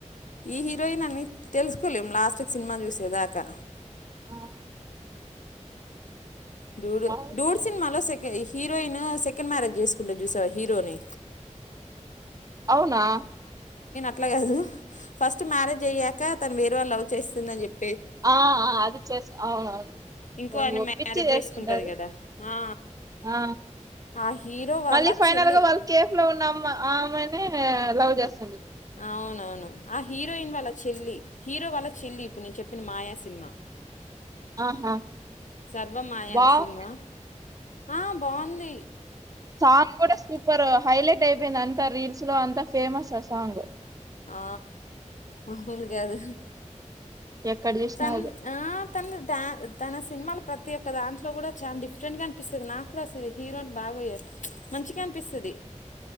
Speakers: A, on the left; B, on the right.
A: ఈ హీరోయిన్ అని తెలుసుకోలేము లాస్ట్ సినిమా చూసేదాకా
B: ఆ
A: డూడు
B: బాగుంది
A: డూడ్సిన్మ లోసెక హీరోయిన్ సెకండ్ మ్యారేజ్ జేసుకుంటే చూసావ హీరోని
B: అవునా
A: అట్ల గాదు ఫస్ట్ మ్యారేజ్ అయ్యాక తను వేరే వాళ్ళు అ చేస్తుందని చెప్
B: ఆ అది చేస్ అవునవును
A: ఇంకో
B: వానిఒప్పించి
A: ఆయన మ్యారేజ్
B: చేసుకుంటది
A: కదా ఆ
B: ఆ
A: ఆ హీరో వాళ్ళ
B: మళ్ళీ ఫైనల్గా
A: చెల్లి
B: వాళ్ళు కే లో ఉన్న అమ్మ ఆ అమ్మాయినే లవ్ చేస్
A: అవునవును. ఆ హీరోయిన్ వాళ్ళ చెల్లి. హీరో వాళ్ళ చెల్లి ఇప్పుడు నేను చెప్పిన మాయా సినిమా.
B: ఆహా
A: సర్వ మాయ
B: బావ్
A: అనే సినిమా ఆ బావుంది.
B: సాంగ్ కూడా సూపర్ హైలైట్ అయిపోయింది అంత రీల్ స్లో అంతా ఫేమస్ ఆ సాంగ్.
A: ఆ మామూలు కాదు.
B: ఎక్కడ చూసినా
A: తన్ది
B: అదే
A: ఆ తన్ధి తా తన సినిమాలు ప్రతి ఒక్క దాంట్లో కూడా చానా డిఫరెంట్ గా అనిపిస్తది. నాకు కూడా అసలు హీరోయిని బాగ చ్ మంచిగా పిస్తది